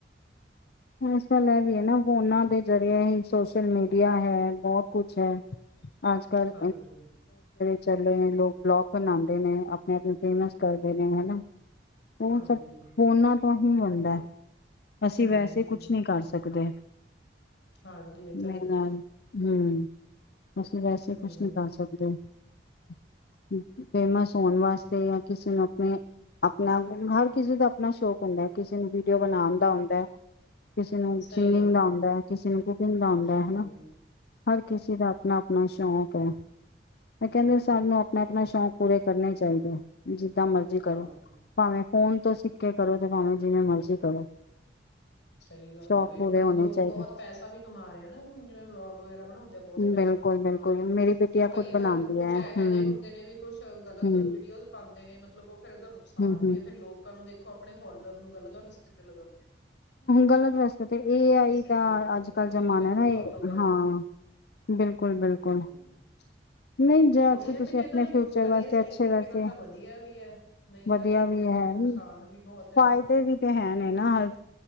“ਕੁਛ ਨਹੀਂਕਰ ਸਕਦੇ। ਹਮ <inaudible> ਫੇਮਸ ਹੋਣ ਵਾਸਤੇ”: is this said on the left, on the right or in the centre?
Left